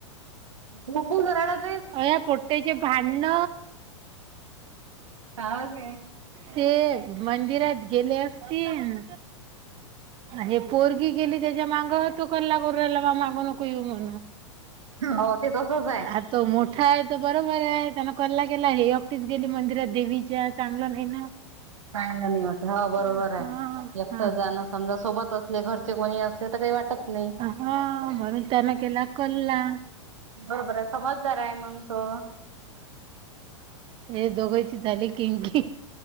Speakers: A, on the right; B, on the right.
A: गपूर घराड <unintelligible>
B: अ या पोट्ट्याचे भांडण.
A: काय काय
B: ते मंदिरात गेले असतील हे पोरगी गेली त्याच्या माग तू कलाला करुन राहिला माया माग नको येऊ म्हणून.
A: हो ते तसच आहे.
B: हा तो मोठा आहे तर बरोबर आहे त्यान कल्ला केला हे एकटीच गेली मंदिरात देवीच्या. चांगलं नाही ना.
A: चांगल नाही वाटत ह बरोबर
B: हा
A: आहे एकटं
B: हा
A: जाणं समजा सोबत असले घरचे कोणी असले तर काही. वाटत नाही
B: हा म्हणून त्यान केला कल्ला.
A: बरोबर आहे समजदार आहे मंग तो.
B: हे दोघांची झाली किमकी.